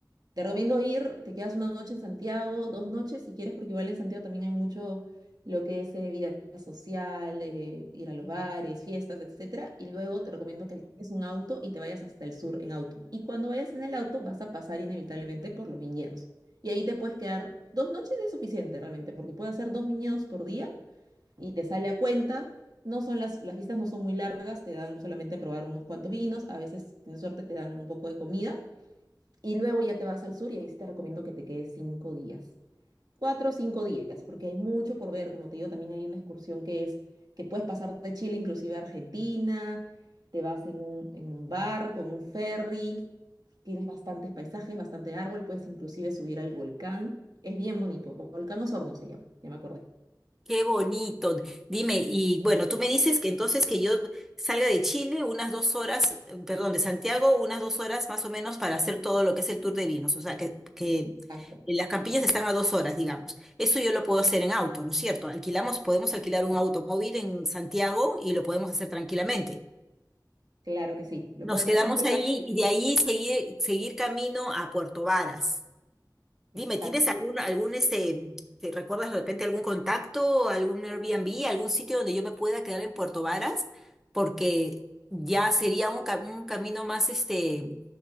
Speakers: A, on the right; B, in the centre.
A: te recomiendo ir, te quedas una noche en Santiago, dos noches si quieres, porque igual en Santiago también hay mucho lo que es eh, vida social, eh, ir a los bares, fiestas, etcétera. Y luego te recomiendo que alquiles un auto y te vayas hasta el sur en auto. Y cuando vayas en el auto vas a pasar inevitablemente por los viñedos. Y ahí te puedes quedar dos noches es suficiente realmente, porque puedes hacer dos viñedos por día y te sale a cuenta. No son las, las fiestas no son muy largas, te dan solamente a probar unos cuantos vinos, a veces, si tienes suerte, te dan un poco de comida y luego ya te vas al sur y ahí sí te recomiendo que te quedes cinco días. Cuatro o cinco días, porque hay mucho por ver, como te digo, también hay una excursión que es que puedes pasar de Chile inclusive a Argentina, te vas en un, en un bar, con un ferry, tienes bastantes paisajes, bastante árbol, puedes inclusive subir al volcán, es bien bonito, Volcán Osorno se llama, ya me acordé.
B: Qué bonito. Dime, y bueno, tú me dices que entonces que yo salga de Chile unas dos horas, eh, perdón, de Santiago, unas dos horas más o menos para hacer todo lo que es el tour de vinos. O sea, que, que
A: Exacto.
B: las campiñas están a dos horas, digamos. Eso yo lo puedo hacer en auto, ¿no es cierto? Alquilamos, podemos alquilar
A: claro.
B: un automóvil en Santiago y lo podemos hacer tranquilamente.
A: Claro que sí, lo
B: Nos
A: puedes
B: quedamos
A: hacer tranquilamente.
B: ahí
A: y-
B: y de ahí seguir, seguir camino a Puerto Varas. Dime,
A: Exacto.
B: ¿tienes algún, algún este, te recuerdas de repente algún contacto, algún Airbnb, algún sitio donde yo me pueda quedar en Puerto Varas? Porque ya sería un, ca- un camino más, este,